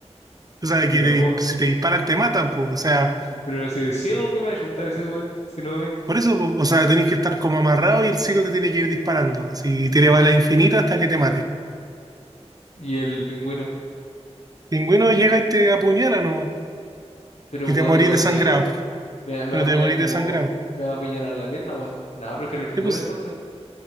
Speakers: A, on the right; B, on the left.
A: O sea, que
B: Mira,
A: te dis-
B: po,
A: si te disparan te matan, pues. O sea,
B: pero si es ciego, ¿qué me va a ayuntar ese weón? Si no ve.
A: por eso, po. O sea, tenés que estar como amarrado y el ciego te tiene que ir disparando. Así, tiene bala infinita hasta que te mate.
B: Y el pingüino.
A: Pingüino llega y te apuñala nomás.
B: Pero
A: Y
B: weón,
A: te morís
B: igual
A: desangrado.
B: es chico. Me, va- me
A: Pero
B: va a apuñar
A: te morís
B: como.
A: desangrado.
B: Me va a apuñar a la pierna, weón. Nada, prefiero el pingüino
A: Y pues,
B: entonces.